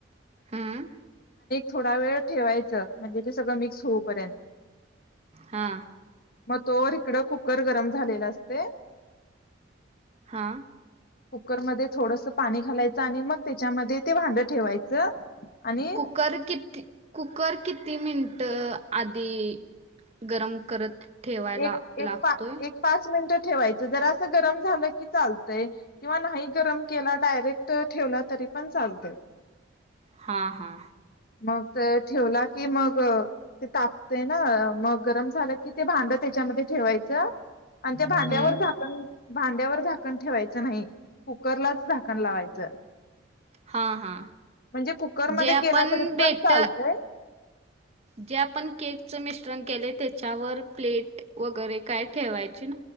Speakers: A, on the right; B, on the left.
A: हम
B: थोडा वेळ ठेवायच म्हणजे ते सगळं मिक्स होऊपर्यंत
A: हा
B: मग तोवर इकडं कुकर गरम झालेलं असतय
A: हा
B: कुकरमध्ये थोडस पाणी घालायचं आणि मग त्याच्यामध्ये ते भांडं ठेवायचं आणि
A: कुकर किती कुकर किती मिनट त आधी गरम करत ठेवायला
B: एक
A: लागतोय
B: एक पा पाच मिनिट ठेवायच जरास गरम झालं की चालतय, किंवा नाही गरम केला डायरेक्ट ठेवला तरी पण चालतय
A: हा हा
B: मग ते ठेवला की मग ते तापते ना मग गरम झालं की ते भांडत त्याच्यामध्ये ठेवायच आणि त्या
A: हम्म
B: भांड्यावर झाकण भांड्यावर झाकण ठेवायचं नाही कुकरलाच झाकण लावायचं
A: हा हा
B: म्हणजे कुकरमध्ये
A: जे आपण
B: केला तरी
A: भेट
B: पण चालतय
A: जे अ आपण केक मिश्रण केल त्याच्यावर प्लेट वगैरे काय ठेवायच